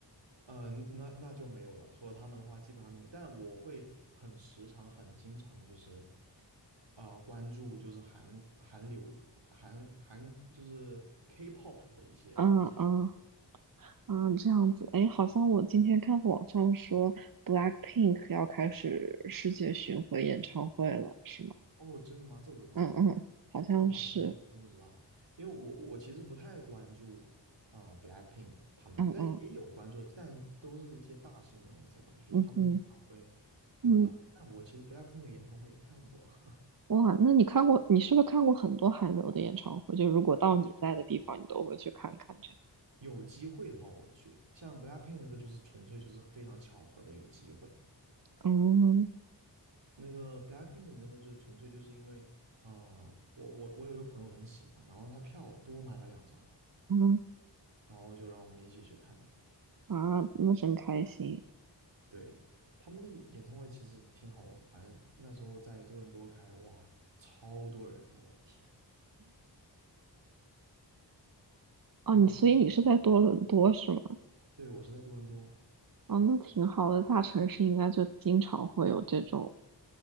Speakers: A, on the right (about 75°); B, on the right (about 50°).
A: 嗯，那那就没有了。除了他们的话，基本上就没。但我会很时常、很经常的，就是啊、关注就是韩韩流、韩韩就是 K-pop 的一些一些信息。
B: 嗯嗯嗯，这样子。哎，好像我今天看网上说 BLACKPINK 要开始世界巡回演唱会了，是吗？
A: 哦，真的吗？这我不知道哎，
B: 嗯嗯，好像是。
A: 这我还真真不知道。因为我我其实不太关注啊、Blackpink 他们，
B: 嗯嗯
A: 但也有关注，但都是一些大新闻我才关注，就是他们的演唱会
B: 嗯嗯
A: 会的话，
B: 嗯，
A: 但我其实 Blackpink 的演唱会也看过。<laughs>
B: 哇，那你看过，你是不是看过很多韩流的演唱会？就如果到你在的地方，你都会去看看这样。
A: 有机会的话我会去，像 BLACKPINK 那个就是纯粹就是非常巧合的有机会，
B: 嗯
A: 那个 BLACKPINK 那个就纯粹就是因为啊、呃我我我有一个朋友很喜欢，然后他票多买了两张，
B: 嗯
A: 然后就让我们一起去看了。
B: 嗯啊，那真开心。
A: 对，他们的演演唱会其实挺好的，反正那时候在多伦多开，哇，超多人的，我的天！
B: 哦，
A: 嗯嗯，
B: 你所以你是在多伦多是吗？
A: 对我是在多伦多，
B: 哦，那挺好的。大城市应该就经常会有这种，